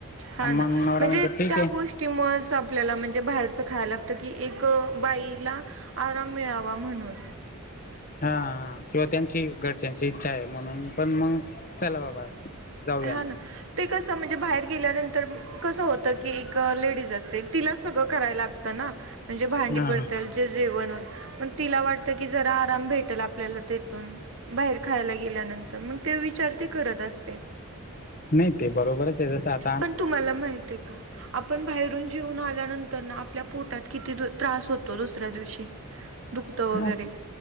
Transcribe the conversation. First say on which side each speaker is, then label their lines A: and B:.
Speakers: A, on the right; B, on the left.
A: हा
B: आ मंग
A: ना
B: नवरा
A: म्हणजे
B: म्हणतो ठीक
A: त्या
B: ये
A: गोष्टीमुळेच आपल्याला म्हणजे बाहेरच खायला लागतं, की एक बाईला आराम मिळावा म्हणून.
B: हा किंवा त्यांची घरच्यांची इच्छा आहे, म्हणून पण मंग चला बाबा. जाऊया
A: हा ना ते कसं म्हणजे बाहेर गेल्यानंतर कसं होत की एक लेडीज असते, तिला सगळं करायला लागतं ना म्हणजे भांडी
B: हा
A: पडत्याल जे-जेवण म तिला वाटत की जरा आराम भेटेलं आपल्याला तिथून. बाहेर खायला गेल्यानंतर मग ते विचार ती करत असते.
B: नही ते बरोबरच आहे जसं आत
A: पण तुम्हाला माहिती का, आपण बाहेरून जेऊन आल्यानंतर ना आप आपल्या पोटात किती दु त्रास होतो, दुसऱ्या दिवशी दुखःतं
B: हा
A: वगैरे